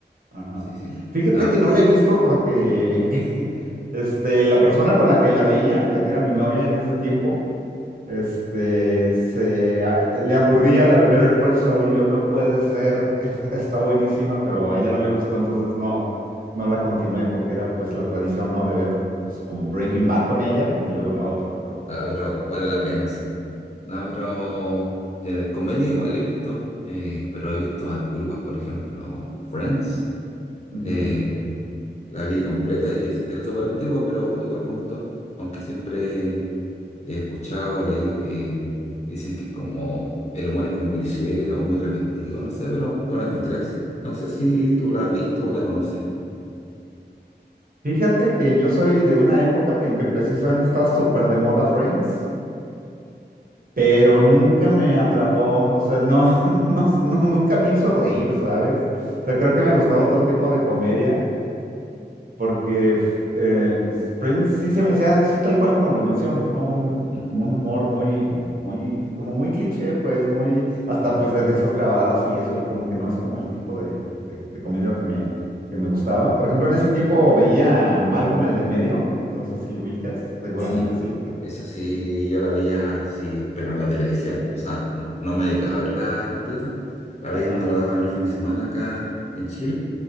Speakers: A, on the right; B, on the left.
A: Ajá.
B: Sí, sí.
A: Fíjate
B: Ah,
A: que no la he visto porque <laughs> este, la persona con la que la veía, la que era mi novia en ese tiempo, este, se, a- le aburría la de Better Call Saul y yo, no puede ser, <laughs> está buenísima, pero a ella no le gustó, entonces no, no la continué porque era pues la tradición, ¿no? De ver pues como Breaking
B: ujú.
A: Bad con ella y luego la otra, pero...
B: Ah, pero vale la pena, sí. No, pero eh, comedia igual he visto, eh, pero he visto antiguas, por ejemplo, Friends.
A: ujú.
B: eh, la vi completa y es- era súper antigua, pero igual me gustó, aunque siempre He escuchado, leído que dicen que es como, el humor es como cliché o muy repetitivo, no sé, pero no la encontré así. No sé si tú la has visto o la conoces.
A: Fíjate que yo soy de una época en que precisamente estaba súper de moda Friends. pero nunca me atrapó, o sea, no, <laughs> no, no, nunca me hizo reír, ¿sabes? O sea, creo que me gustaba otro tipo de comedia, porque f- eh, Friends sí se me hacía así tal cual como lo mencionas, ¿no? Un,
B: Ujú.
A: como un humor muy, muy, como muy cliché, pues muy, hasta pues de risas grabadas y eso, y como que no es como el tipo de, de, de comedia que me, que me gustaba. Por ejemplo, en ese tiempo veía Malcolm el de en medio, no sé si lo ubicas, seguramente
B: Sí,
A: sí.
B: esa sí yo la veía así, pero en la televisión, o sea, no, no me dedicaba a verla completa.
A: <laughs>
B: La veía
A: Ajá,
B: cuando la daban los fines de semana acá en Chile